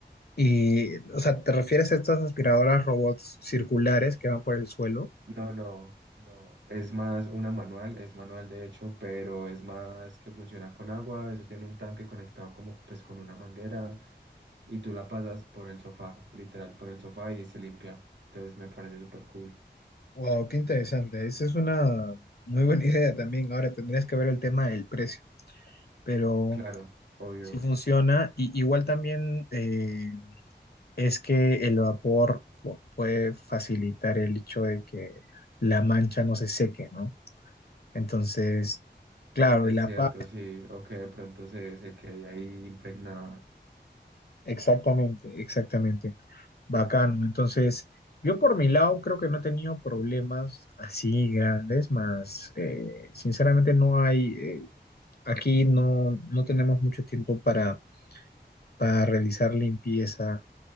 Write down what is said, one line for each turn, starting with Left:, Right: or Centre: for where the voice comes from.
Left: Y, o sea, ¿te refieres a estas aspiradoras robots circulares que van por el suelo?
Right: No, no, no. Es más una manual, es manual de hecho, pero es más que funciona con agua. Eso tiene un tanque conectado como pues con una manguera y tú la pasas por el sofá, literal, por el sofá y se limpia. Entonces me parece súper cool.
Left: Wow, qué interesante. Esa es una muy buena <laughs> idea también. Ahora tendrías que ver el tema del precio, pero
Right: Claro, obvio.
Left: si funciona. Y, igual también eh, es que el vapor pu- puede facilitar el hecho de que la mancha no se seque, ¿no? Entonces, claro,
Right: Es
Left: y la
Right: cierto,
Left: paz.
Right: sí. O que de pronto se, se quede ahí impregnada.
Left: Exactamente, exactamente. Bacano. Entonces, yo por mi lado creo que no he tenido problemas así grandes, más eh, sinceramente no hay. eh, Aquí no, no tenemos mucho tiempo para, para realizar limpieza